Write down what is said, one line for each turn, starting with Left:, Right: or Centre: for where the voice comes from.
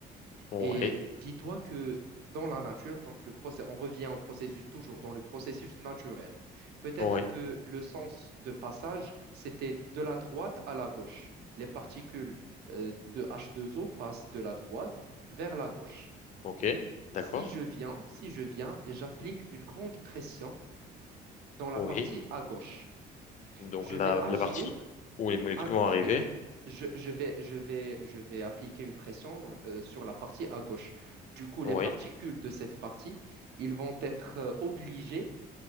Left: ouais,
Right: Et dis-toi que dans la nature, donc le procé- on revient au processus toujours, dans le processus naturel. Peut-être
Left: ouais,
Right: que le sens de passage, c'était de la droite à la gauche. Les particules euh, de H2O passent de la droite vers la gauche.
Left: ok, d'accord,
Right: Si je viens, si je viens et j'applique une grande pression dans la
Left: oui.
Right: partie à gauche,
Left: Donc
Right: je
Left: la,
Right: vais agir
Left: la partie où les molécules
Right: à gauche,
Left: vont arriver,
Right: oui. je, je vais, je vais, je vais appliquer une pression euh, sur la partie à gauche. Du coup, les
Left: oui.
Right: particules de cette partie, ils vont être euh, obligés